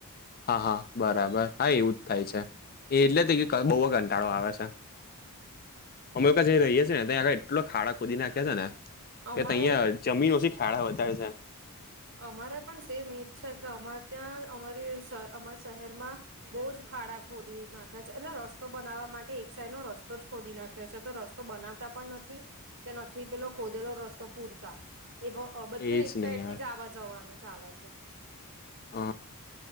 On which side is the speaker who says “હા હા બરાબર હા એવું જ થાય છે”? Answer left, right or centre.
Left